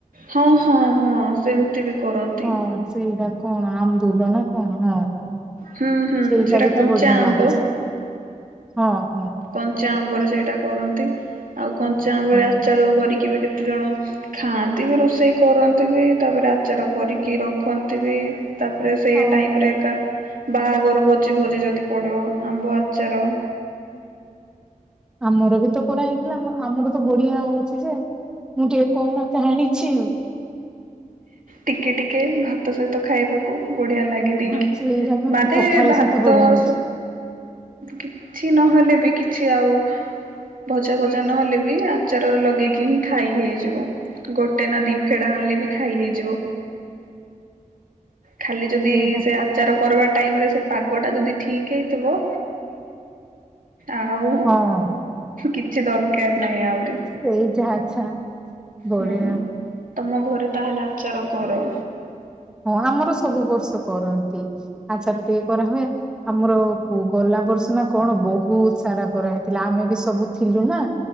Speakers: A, on the right; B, in the centre.
A: ହଁ ହଁ ହଁ ସେମିତି ବି କରନ୍ତି।
B: ହଁ ସେଇଟା କଣ ଆମଦୁଲ ନା କଣ ହଁ।
A: ହୁଁ ହୁଁ
B: ସେଇଟା ବି
A: କଞ୍ଚା
B: ତ ବଢିଆ
A: ଆମ୍ବ
B: ଲାଗେ ଯେ ହଁ।
A: କଞ୍ଚା ଆମ୍ବରେ ସେଇଟା କରନ୍ତି। ଆଉ କଞ୍ଚା ଆମ୍ବରେ
B: ହଁ
A: ଆଚାର କରିକି ବି କେତେ ଜଣ ଖାଆନ୍ତି <unintelligible> ରୋଷେଇ କରନ୍ତିବି, ତାପରେ ଆଚାର କରିକି ରଖନ୍ତିବି। ତାପରେ ସେଇ
B: ହଁ
A: ଟାଇମ ରେ ଏକା ବାହାଘର ଭୋଜିଭୋଜି ଯଦି ପଡିବ ଆମ୍ବ ଆଚାର।
B: ଆମର ବି ତ କରାହେଇଥିଲା ଆମର ତ ବଢିଆ ହୋଇଛି ଯେ ମୁଁ ଟିକେ କମ କ ଆଣିଛି।
A: ଟିକେ ଟିକେ ଭାତ ସହିତ ଖାଇବାକୁ ବଢିଆ ଲାଗେନିକି।
B: ଆଉ ହଁ ସେଇଟା ପରା
A: ମାନେ
B: ପଖାଳ
A: ଭାତ
B: ସହିତ ବଢିଆ ହଉଛି
A: ହଁ କିଛି ନହେଲେ ବି କିଛ କିଛି ଆଉ ଭଜା ଫଜା ନହେଲେ ବି ଆଚାରରେ ଲଗେଇକି ହିଁ ଖାଇ ହେଇଯିବ। ଗୋଟେ ନା ଦି ଫେଡା ଆଣିଲେ ବି ଖାଇ ହେଇଯିବ ଖାଲି ଯଦି
B: ସେଇଟା
A: ସେ
B: ପରା
A: ଆଚାର କର ଟାଇମରେ ସେ ପାଗ ଟା ଯଦି ଠିକ ହେଇଥିବ ଆଉ
B: ହଁ
A: କିଛି ଦରକାର ନାହିଁ ଆଉ।
B: ସେଇଟା ଆଛା ବଢିଆ।
A: ହୁଁ। ତମ ଘରେ ତାହେଲେ ଆଚାର କର?
B: ହଁ ଆମର ସବୁ ବର୍ଷ କରନ୍ତି ଆଚାର ଟିକେ କରାହୁୁଏ। ଆମର କୁ ଗଲା ବର୍ଷ ନା କଣ ବହୁତ ସାରା କରାହେଇଥିଲା ଆମେ ବି ସବୁ ଥିଲୁ ନା